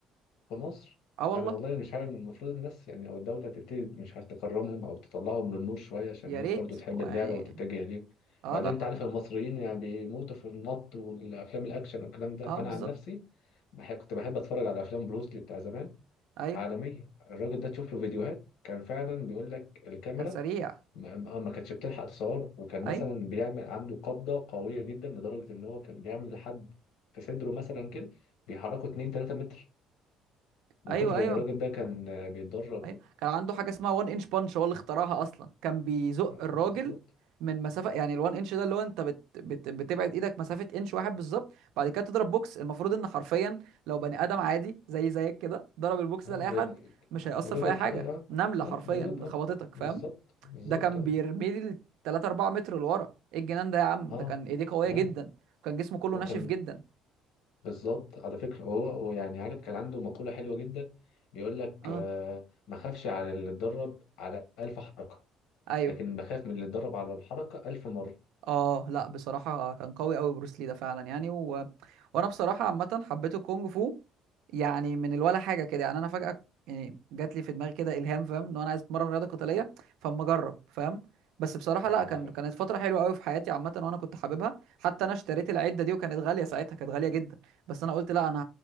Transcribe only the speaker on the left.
في مصر
انا والله مش عارف المفروض الناس يعني او الدوله تبتدي مش عارف تكرمهم او تطلعهم للنور شويه عشان
الناس
برضو تحب
اللعبه
وتتجه ليه
بعدين
انت عارف المصريين يعني بيموتوا في النط والافلام الاكشن والكلام ده
انا
عن نفسي بحب كنت بحب اتفرج على افلام بروسلي بتاع زمان
عالمية الراجل ده تشوف له فيديوهات كان فعلا بيقول لك الكاميرا
ما ما- ما كانتش بتلحق تصوره وكان مثلا
بيعمل عنده قبضة قوية جدا لدرجة ان هو كان بيعمل لحد في صدره مثلا كده بيحركه 2 3 متر من
كتر
اللي الراجل ده كان آه، بيتدرب
آه، بالظبط
اه
يا
د-
يا دوب
يتحقق
اه
اه
يا دوب اه
بالظبط
بالظبط
اه
اه
اي
وكان
بالظبط على فكرة هو هو يعني عارف كان عنده مقولة حلوة جدا بيقول لك
آه، ما خافش على اللي اتدرب على ألف حركة
لكن بخاف من اللي اتدرب على الحركة ألف مرة
أيوة
فاهمك